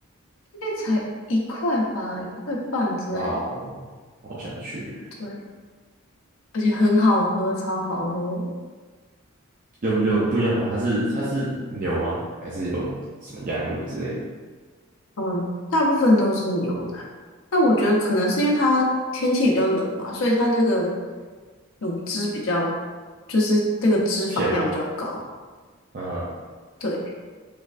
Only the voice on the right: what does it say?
哇哦，好想去。
有有不一样吗？它是它是牛吗？还是有什么羊乳之类的？
甜吗？嗯，